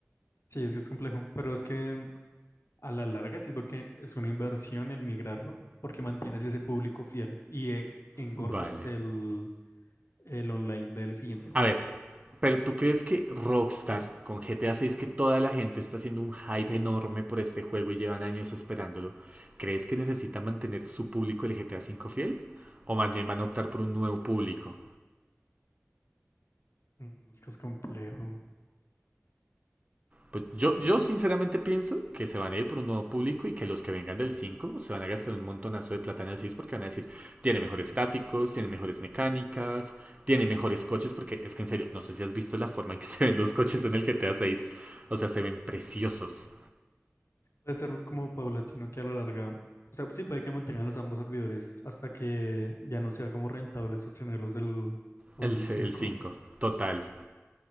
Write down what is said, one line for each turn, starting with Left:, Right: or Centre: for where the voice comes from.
Left: Sí, es que es complejo. Pero es que a la larga siento que es una inversión el migrarlo, porque mantienes ese público fiel y eh, engordas
Right: Vale.
Left: el, el online del siguiente juego.
Right: A ver, pero ¿tú crees que Rockstar con GTA 6 que toda la gente está haciendo un hype enorme por este juego y llevan años esperándolo, crees que necesita mantener su público el GTA 5 fiel? ¿O más bien van a optar por un nuevo público?
Left: Mm, Es que es complejo.
Right: Pues yo, yo sinceramente pienso que se van a ir por un nuevo público y que los que vengan del 5 se van a gastar un montonazo de plata en el 6 porque van a decir, tiene mejores gráficos, tiene mejores mecánicas, tiene mejores coches, porque es que en serio, no sé si has visto la forma en que <laughs> se ven los coches en el GTA 6. O sea, se ven preciosos.
Left: Puede ser como paulatino que a la larga, o sea, sí puede que mantengan los ambos servidores hasta que ya no sea como rentable sostener los del, los
Right: El,
Left: del cinco
Right: el 5 total.